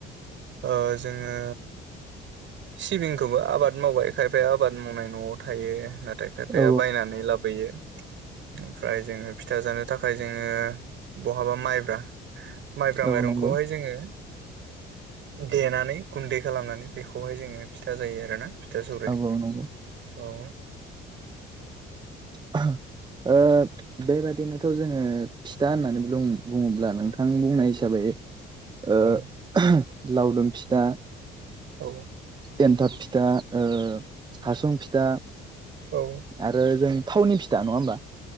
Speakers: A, on the right; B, on the right.
A: ओ-जोङो सिबिं खौबो आबाद मावबाय खायफाया आबाद मावनाय नआव थायो नाथाय खायफाया
B: औ
A: बायनानै लाबोयो। ओमफ्राय जोङो फिथा जानो थाखाय जोङो ब हाबा माइब्रा माइब्रा
B: औ
A: माइरंखौहाय
B: नंगौ
A: जोङो। देनानै गुन्दै खालामनानै बेखौहाय जोङो फिथा जायो आरोना। फिथा सौराइ
B: औ औ नंगौ
A: औ।
B: <unintelligible> ओ बे बादिनोथ जोङो फिथा होननानै बुङोब्ला नोंथां बुंनाय हिसाबै। ओ
A: औ
B: ओह लावदुम फिथा।
A: औ
B: एन्थाब फिथा ओ-हासुं फिथा
A: औ
B: आरो जों। थावनि फिथा नङा होनबा